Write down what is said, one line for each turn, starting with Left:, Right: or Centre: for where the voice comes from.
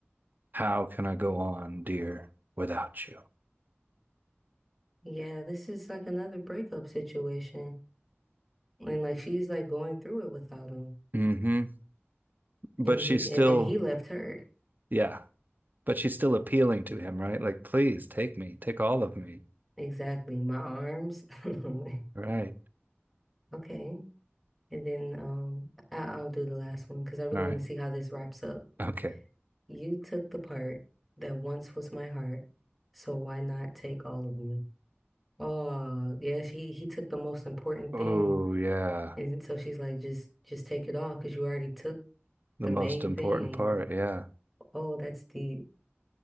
Right: How can I go on, dear, without you?
Centre: Yeah, this is like another breakup situation. And like she's like going through it without him.
Right: hmm But
Centre: And
Right: she's
Centre: he and,
Right: still,
Centre: and he left her.
Right: yeah, but she's still appealing to him, right? Like, please take me, take all of me.
Centre: Exactly. My arms. <laughs>
Right: Right.
Centre: Okay. And then um I, I'll do the last one because I really
Right: All right.
Centre: want to see how this wraps up.
Right: Okay.
Centre: You took the part that once was my heart, so why not take all of me? Oh, yeah, he he took the most important
Right: Oh,
Centre: thing.
Right: yeah.
Centre: And then so she's like, just just take it all because you already took
Right: The
Centre: the
Right: most
Centre: main
Right: important
Centre: thing.
Right: part. Yeah.
Centre: Oh, that's deep.